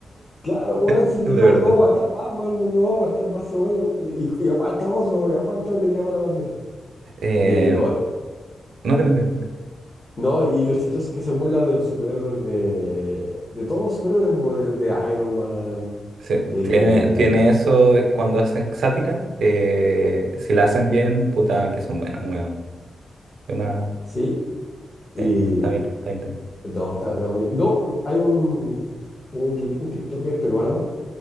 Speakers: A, on the left; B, on the right.
A: Claro, weón,
B: <laughs>
A: si
B: de
A: no,
B: verdad.
A: no va a aguantar más, weón, no, no va a aguantar más ese weón, y, y aguanta otro, y aguanta otro y queda para la corneta.
B: Eh,
A: Eh, no,
B: no te metas.
A: No, y lo chistoso es que se burla de los superhéroes de, de todos los superhéroes, po, de, de Iron Man,
B: Sí,
A: de...
B: tiene, tiene eso cuando hacen sátira, eh, si la hacen bien, puta, que son buenas, weón. Una,
A: Sí, y...
B: eh, está está bien, está bien, está bien.
A: No, está, está muy- No, hay un, un, yu- un TikToker peruano